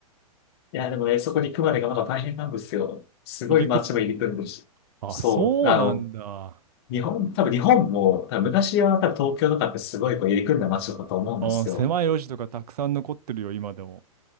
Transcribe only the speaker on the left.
いや、でもね、そこに行くまでがまだ大変なんですよ。すごい街も入り組んでるし。
そう。
あの、日本、多分日本も、多分昔は多分東京とかってすごいこう入り組んだ街だったと思うんですよ。